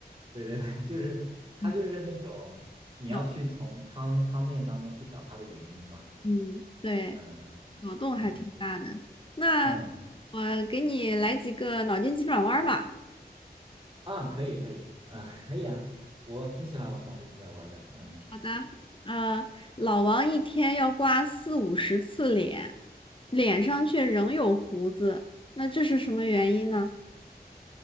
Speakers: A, on the right (about 30°); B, on the left (about 30°).
A: 对对对，<laughs> 就是他就是那种你要去从汤汤面当中去找他的原因吧。
B: 嗯，脑嗯对，
A: 嗯嗯嗯嗯
B: 脑洞还挺大的。那
A: 嗯。
B: 我给你来几个脑筋急转弯儿吧。
A: 啊，可以可以，啊，可以啊，我挺喜欢玩脑筋急转弯的，嗯，
B: 好的，嗯、老王一天要刮四五十次脸，脸上却仍有胡子，那这是什么原因呢？